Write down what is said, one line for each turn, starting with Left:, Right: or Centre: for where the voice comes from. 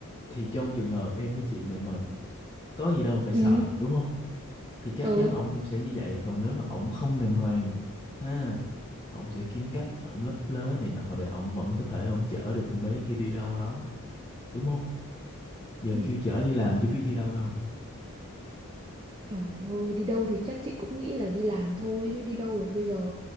Left: thì trong trường hợp em với chị đàng hoàng có gì đâu phải
Right: ừ
Left: sợ đúng không thì chắc
Right: ừ
Left: chắn ổng cũng sẽ như vậy còn nếu mà ổng không đàng hoàng ha ổng sẽ kiếm cách ổng lấp lớ này nọ để ổng vẫn có thể ổng chở được con bé kia đi đâu đó đúng không giờ
Right: ừ
Left: kêu chở đi làm chứ biết đi đâu đâu
Right: trời ơi đi đâu thì chắc chị cũng nghĩ là đi làm thôi chứ đi đâu được bây giờ